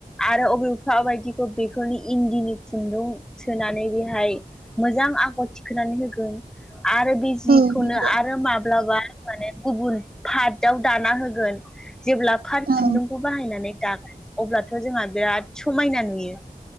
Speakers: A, in the centre; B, on the right.
A: आरो अबेफा बायदि बेखौनो इन्दिनि खुन्दुं सोनानै बेहाय मोजां आगर थिखोनानै होगोन आरो बे जिखौनो
B: औ नंगौ
A: आरो माब्लाबा माने गुबुन पाधाव दाना होगोन जेब्ला फात
B: औ
A: खुन्दुंखौ बाहायनानै दागोन अब्लाथ' जोंहा बिराद समायना नुयो।